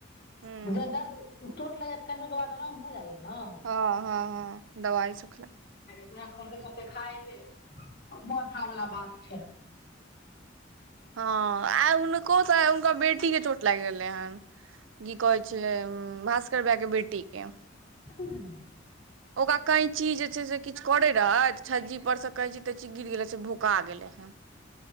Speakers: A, on the right (about 80°); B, on the left (about 55°).
A: हूँ
B: द दर दू ोट लेया तऽनेर के बाद आराम भ जाइया ने
A: हँ हँ हँ दवाइ सुखला
B: नहि त देखाल मथा वला बध छै
A: हँ आइ हुनकोसँ हुनकर बेटी के चोट लागि गेलै हन की कहै छै भास र बए के बेटी के
B: कटी भेलेलहुँ
A: ओकरा कैंची जे छै से किछु करे रहै छज्जी पर से कहै छी तैी गिर गेलै से भुका गेलै हन